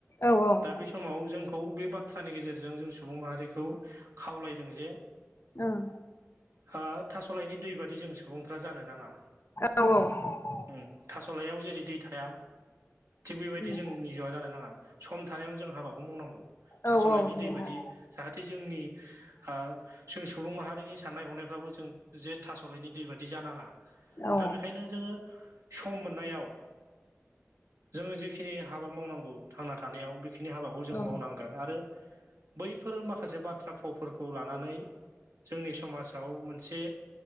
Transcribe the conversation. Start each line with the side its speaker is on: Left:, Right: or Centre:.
Left: औ ओं
Right: दा बे सम समाव जोंखौ बे बाथ्रानि गेजेरजों जों सुबुं माहारिखौ खावलायदों जे
Left: ओं
Right: आं थास'लायनि दै बादि जों सुबुंफ्रा जानो नाङा।
Left: औ- औ
Right: ओम थास'लाइयाव जेरै दै थाया। थिग बेबायदि
Left: उम
Right: जोंनि जिवआ जानो नाङा सम थानायावनो जों हाबाखौ मावनांगौ। थास'लाइनि
Left: औ औ नंगौ
Right: दै
Left: नोंथां
Right: बायदि जाहाथे जोंनि आ जों सुबुं माहारिनि साननाय हनायफ्राबो जों जे थास'लायनि दै बादि जानाङा
Left: औ
Right: दा बेखायनो जोङो सम मोननायाव जोङो जिखिनि हाबा मावनांगौ थांना थानायाव बेखिनि बेखिनि हाबाखौ जों
Left: औ
Right: मावनांगोन आरो बैफोर माखासे बाथ्रा फावफोरखौ लानानै जोंनि समाजाव मोनसे